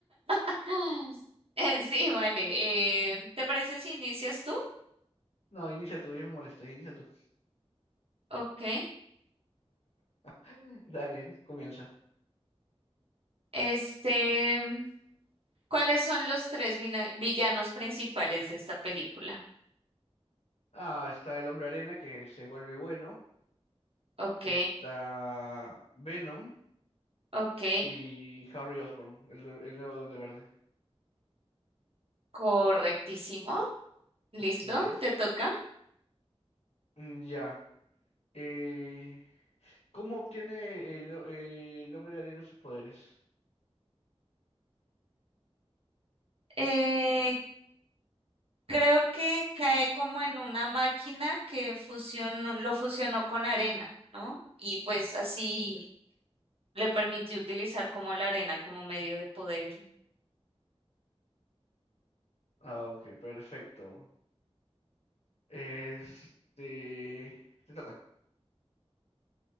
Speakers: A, on the right; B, on the left.
A: <laughs> Eh, Sí, vale. eh, ¿te parece si inicias tú?
B: No, inicia tú, ya me molesté, inicia tú.
A: Ok.
B: <laughs> Dale, comienza.
A: Este, ¿cuáles son los tres vina- villanos principales de esta película?
B: Ah, está el Hombre Arena que se vuelve bueno.
A: Ok,
B: Está Venom
A: ok.
B: y Harry Osborn, el, nue- el nuevo Duende Verde.
A: Correctísimo. Listo,
B: Así es.
A: te toca.
B: Mm, Ya. eh, ¿Cómo obtiene el, eh, el hombre de arena sus poderes?
A: Eh, creo que cae como en una máquina que fusionó, lo fusionó con arena, ¿no? Y pues así. Le permitió utilizar como la arena como medio de poder.
B: Ah, ok, perfecto. Este... Te toca.